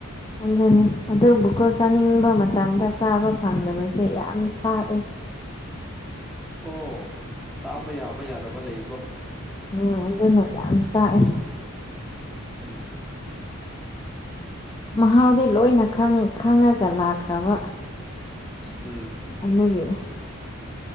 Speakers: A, on the left (about 20°); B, in the centre.
A: ꯑꯗꯨꯅꯤ ꯑꯗꯨ ꯕꯨꯀꯣ
B: ꯑꯗꯣ
A: ꯆꯥꯅꯤꯡꯕ ꯃꯇꯝꯗ ꯆꯥꯕ ꯐꯪꯗꯕꯁ ꯁꯦ ꯌꯥꯝ ꯁꯔꯑꯦ
B: ꯑꯣ ꯆꯥꯕ ꯌꯥꯕ ꯌꯥꯗꯕ ꯂꯩꯀꯣ
A: ꯑꯥ ꯑꯗꯨꯅ ꯌꯥꯝ ꯁꯥꯏꯦ
B: ꯎꯝ
A: ꯃꯍꯥꯎꯗꯤ ꯂꯣꯏꯅ ꯈꯪꯉꯒ ꯂꯥꯛꯈ꯭ꯔꯕ
B: ꯎꯝ
A: ꯑ ꯅꯒꯤ